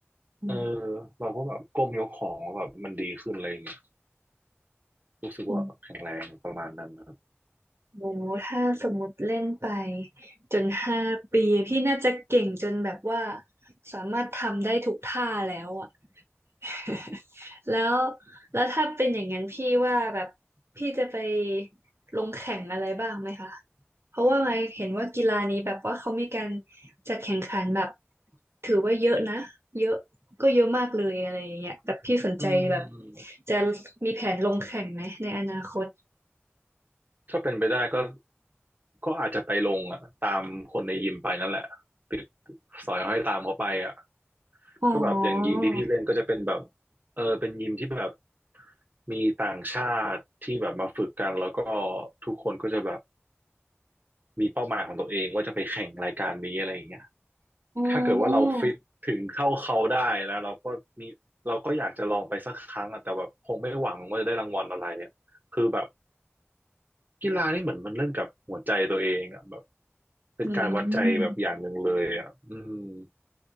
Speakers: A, on the right; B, on the right.
A: อ
B: เออเราก็แบบก้มยกของแล้วแบบมันดีขึ้นอะไรอย่างเงี้ยรู้สึกว่าแข็งแรงประมาณนั้นครับ
A: ืม โอ้ถ้าสมมติเล่นไปจนห้าปีพี่น่าจะเก่งจนแบบว่าสามารถทำได้ทุกท่าแล้วอ่ะ <laughs> แล้วแล้วถ้าเป็นอย่างนั้นพี่ว่าแบบพี่จะไปลงแข่งอะไรบ้างไหมคะเพราะว่าไมค์เห็นว่ากีฬานี้แบบว่าเขามีการจัดแข่งขันแบบถือว่าเยอะนะเยอะก็เยอะมากเลยอะไรอย่างเงี้ยแบบพี่สนใจแบบ
B: อืม
A: จะมีแผนลงแข่งไหมในอนาคต
B: ถ้าเป็นไปได้ก็ก็อาจจะไปลงอ่ะตามคนในยิมไปนั่นแหละติดสอยห้อยตามเขาไปอ่ะ
A: อ๋อ
B: ก็แบบอย่างยิมที่พี่เล่นก็จะเป็นแบบเออเป็นยิมที่แบบมีต่างชาติที่แบบมาฝึกกันแล้วก็ทุกคนก็จะแบบ มีเป้าหมายของตัวเองว่าจะไปแข่งรายการนี้อะไรอย่างเงี้ย
A: อ๋อ
B: ถ้าเกิดว่าเราฟิตถึงเท่าเขาได้นะเราก็มีเราก็อยากจะลองไปสักครั้งอะแต่แบบคงไม่หวังว่าจะได้รางวัลอะไรอะคือแบบกีฬานี่เหมือนมันเล่นกับหัวใจตัวเองอะแบบเป็นการวัดใจแบบอย่างหนึ่งเลยอะอืม
A: อืม